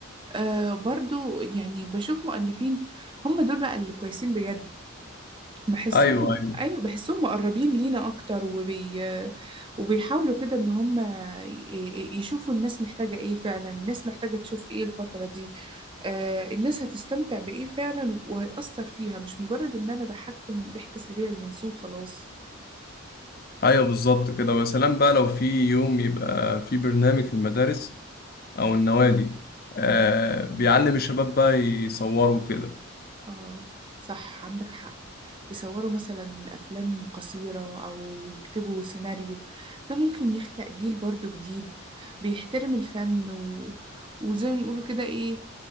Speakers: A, on the right; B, on the left.
A: آه برضو يعني بشوف مؤلفين هم دول بقى اللي كويسين بجد بحسهم
B: ايوه ايوه
A: ايوه بحسهم مقربين لينا اكتر وبي... وبيحاولوا كده ان هم ي- ي- يشوفوا الناس محتاجة ايه فعلا الناس محتاجة تشوف ايه الفترة دي آه الناس هتستمتع بايه فعلا وهيأثر فيها مش مجرد ان انا اضحكهم ضحك سريع ينسوه وخلاص
B: ايوه بالظبط كده ويا سلام بقى لو في يوم يبقى في برنامج في المدارس او النوادي آه
A: مم.
B: بيعلم الشباب بقى يصوروا كده
A: اه صح عندك حق يصوروا مثلا افلام قصيرة او يكتبوا سيناريو ده ممكن يخلق جيل برضو جديد بيحترم الفن و... وزي ما بيقولوا كده ايه